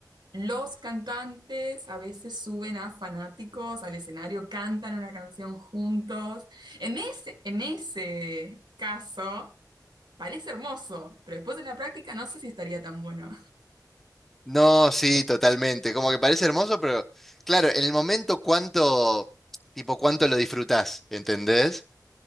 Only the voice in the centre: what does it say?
No, sí, totalmente. Como que parece hermoso, pero claro, en el momento cuánto, tipo, cuánto lo disfrutás, ¿entendés?